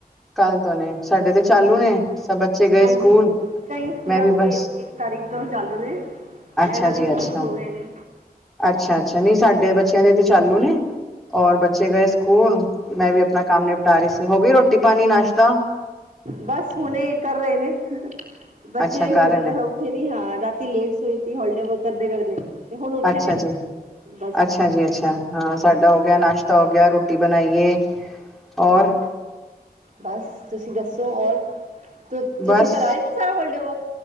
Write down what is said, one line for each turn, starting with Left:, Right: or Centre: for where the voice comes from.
Centre: ਕਲ ਤੋਂ ਨੇ ਸਾਡੇ ਤੇ ਚਾਲੂ ਨੇ ਸਭ ਬੱਚੇ ਗਏ
Right: ਹਾਂਜੀ
Centre: ਸਕੂਲ
Right: ਕਈ ਸਕੂਲਾਂ
Centre: ਮੈਂ ਵੀ
Right: ਦੇ
Centre: ਬਸ
Right: ਇੱਕ ਤਾਰੀਕ ਤੋਂ ਚਾਲੂ ਨੇ
Centre: ਅੱਛਾ
Right: ਇਹਨਾਂ ਦੇ
Centre: ਜੀ ਅੱਛਾ
Right: ਕਦ ਹੋ ਗਏ ਨੇ
Centre: ਅੱਛਾ, ਅੱਛਾ ਨਹੀਂ ਸਾਡੇ ਬੱਚਿਆਂ ਦੇ ਤੇ ਚਾਲੂ ਨੇ ਔਰ ਬੱਚੇ ਗਏ ਸਕੂਲ। ਮੈਂ ਵੀ ਆਪਣਾ ਕੰਮ ਨਿਪਟਾ ਰਹੀ ਸੀ, ਹੋ ਗਈ ਰੋਟੀ-ਪਾਣੀ, ਨਾਸ਼ਤਾ?
Right: ਬਸ ਹੁਣੇ ਕਰ ਰਹੇ ਨੇ ਬੱਚੇ
Centre: ਅੱਛਾ ਕਰ
Right: ਹੂਦੇ
Centre: ਰਹੇ ਨੇ
Right: ਹੋ ਉਠੀ ਨੀ ਹਾਂ ਰਾਤੀ ਲੇਟ ਸੋਈ ਸੀ ਹੋਲੀ ਡੇ ਵਰਕ ਕਰਦੇ -ਕਰਦੇ ਤੇ ਹੁਣ ਉੱਠੇ
Centre: ਅੱਛਾ
Right: ਨੇ
Centre: ਜੀ,
Right: ਬਸ
Centre: ਅੱਛਾ। ਹਾਂਜੀ, ਅੱਛਾ ਹਾਂ, ਸਾਡਾ ਹੋ ਗਿਆ, ਨਾਸ਼ਤਾ ਹੋ ਗਿਆ, ਰੋਟੀ ਬਣਾਈ ਏ ਔਰ।
Right: ਬਸ ਤੁਸੀਂ ਦੱਸੋ ਔਰ ਤੁਸੀਂ
Centre: ਬਸ
Right: ਕਰਾਏ ਸੀ ਸਾਰਾ ਹੋਲੀਡੇਵਰਕ,